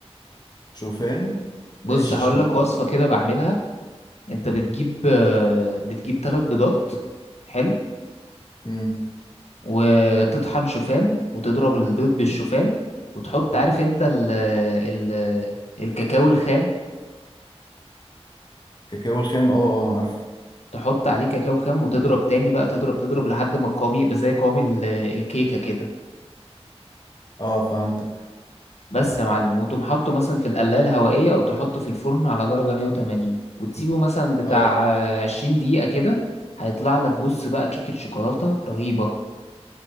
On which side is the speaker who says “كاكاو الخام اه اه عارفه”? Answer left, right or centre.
Left